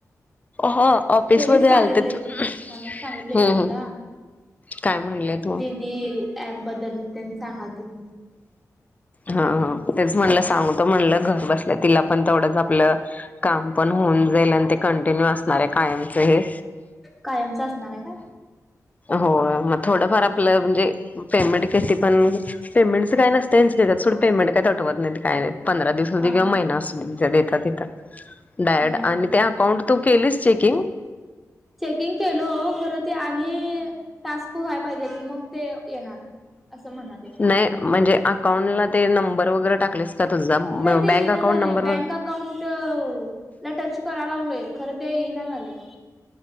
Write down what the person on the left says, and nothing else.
हो ऑफिस
मध्ये
आलते हम्म
हम्म.
काय म्हणलेयत म?
हा हा तेच म्हणलं सांगतो म्हणलं घर बसल्या तिला पण तेवढंच आपलं काम पण होऊन जाईल आणि ते कंटिन्यू असणार आहे कायमच हे.
होय म थोडंफार आपलं म्हणजे पेमेंट कती पण पेमेंटचा काय नसते <unintelligible> पेमेंट कटवत नाही काय नाही पंधरा दिवस थोडी
ग्यो महिना असून त्या देतात देतात डायरेट
आणि त्या अकाउंट तू केलीस चेकिंग?
नाही म्हणजे अकाउंटला ते नंबर वगैरे टाकलेस का तुझा
बँक
अकाउंट
नंबर
व